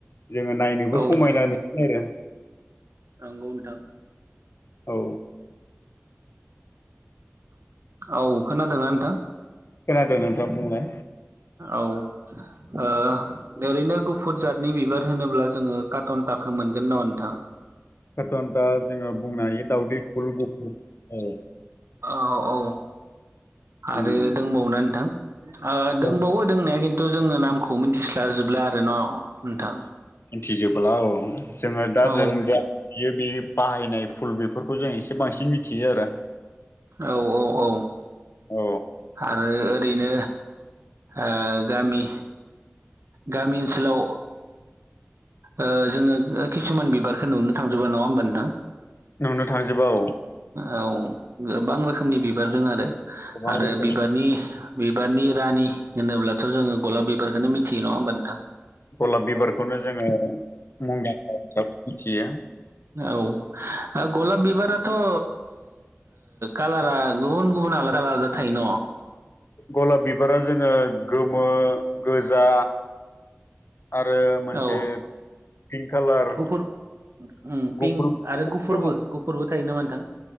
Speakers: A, on the left; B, on the right.
A: जोङो नायनोबो
B: औ
A: समायना मोनसै आरो।
B: नंगौ नोंथां
A: औ।
B: औ खोनादोंना नोंथां।
A: खोनादों नोंथां। बुंलाय
B: औ ओ ओरैनो फुटजादनि बिबार होनोब्ला जोङो काटनटाखौ मोनगोन न' नोंथां।
A: काटनटा जोङो बुंनो हायो दावदै फुल गुफुर औ।
B: औ औ आरो
A: उम
B: दंबावोना नोंथां। ओ दोंबावो
A: जोङो
B: दोंनाया खिन्थु जोङो नामखौ मिथिस्लाजोबब्ला न नोंथां।
A: थिजोबला औ जोङो दा
B: औ
A: जों बियो बे बाहायनाय फुल बेफोरखौ जों एसे बांसिन मिथियो आरो।
B: औ औ औ
A: औ
B: आरो ओरैनो ओ गामि गामि ओनसोलाव ओ जोङो किसुमान बिबारखो नुनो थांजोबा नङा होमबा नोंथां।
A: नुनो थांजोबा औ।
B: औ गोबां रोखोमनि बिबार दों आरो
A: गोबां
B: आरो
A: रोखोमनि
B: बिबारनि बिबारनि रानि होनोब्लाथ' जोङो गलाब बिबारखोनो मिथियो नङा होमबा नोंथां।
A: गलाब बिबारखौनो जोङो मुंदांखा हिसाबै मिथियो।
B: औ ओ गलाब बिबाराथ' ओ कालारा गुबुन गुबुन। आलादा आलादा थायो न।
A: गलाब बिबारा जोङो गोमो गोजा। आरो मोनसे
B: औ
A: पिंक कालार।
B: गुफुर उम
A: गुफुर
B: पिंक आरो
A: गुफुर
B: गुफुरबो
A: दङ
B: गुफुरबो थायो नामा नोंथां।